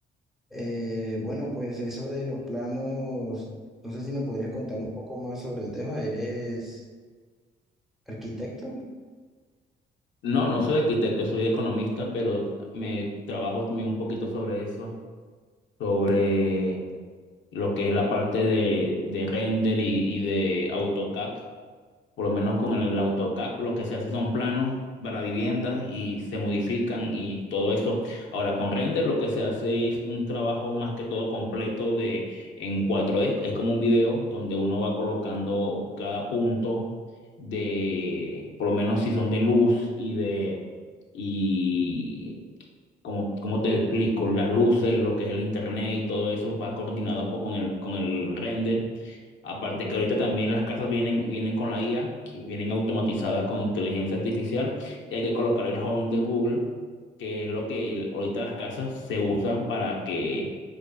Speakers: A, in the centre; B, on the left.
A: Eh, bueno, pues eso de los planos, no sé si me podrías contar un poco más sobre el tema. ¿Eres arquitecto?
B: No, no soy arquitecto, soy economista, pero me trabajo también un poquito sobre eso, sobre lo que es la parte de, de render y, y de AutoCAD. Por lo menos con el AutoCAD lo que se hace son planos para viviendas y se modifican y todo eso. Ahora con render lo que se hace es un trabajo más que todo completo de en cuatro d es como un video donde uno va colocando cada punto de, por lo menos si son de luz y de y como, como te explico, las luces, lo que es el internet y todo eso va coordinado pues, con el, con el render. Aparte que ahorita también las casas vienen, vienen con la IA, que vienen automatizadas con inteligencia artificial y hay que colocar el Home de Google, que es lo que el- ahorita las casas se usan para que